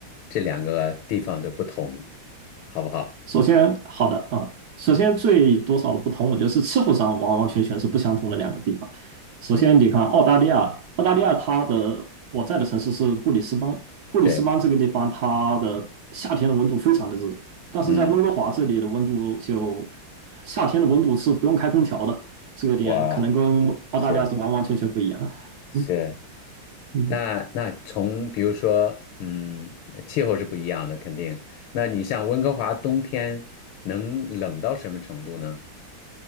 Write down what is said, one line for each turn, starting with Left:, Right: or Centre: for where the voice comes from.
Left: 这两个地方的不同，好不好？
Right: 首先好的啊，首先最多少的不同，我觉得是气候上完完全全是不相同的两个地方。首先，
Left: 嗯，
Right: 你看澳大利亚，澳大利亚它的我在的城市是布里斯班，布里斯班这个地方它的夏天的温度非常的热，
Left: 对，
Right: 但是在温哥华这里的温度就
Left: 嗯，
Right: 夏天的温度是不用开空调的，这个点可能跟澳大利亚是完完全全不一样。
Left: 哇，是是。
Right: <laughs> 嗯
Left: 那那从比如说，嗯，气候是不一样的，肯定。那你像温哥华冬天能冷到什么程度呢？